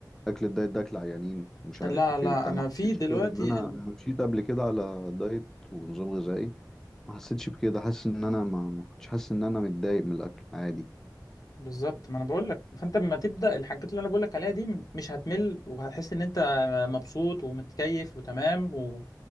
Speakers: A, in the centre; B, on the left.
A: اكل الدايت ده اكل عيانين ومش
B: لا
A: عارف
B: لا
A: ايه وبتاع
B: انا
A: ما حسيتش
B: في دلوقتي
A: كده ان انا لما مشيت قبل كده على دايت ونظام غذائي ما حسيتش بكده حاسس ان انا ما, ما كنتش حاسس ان انا متضايق من الاكل عادي
B: بالظبط ما انا بقول لك فانت لما تبدا الحاجات اللي انا بقول لك عليها دي م- مش هتمل وهتحس ان انت مبسوط ومتكيف وتمام و...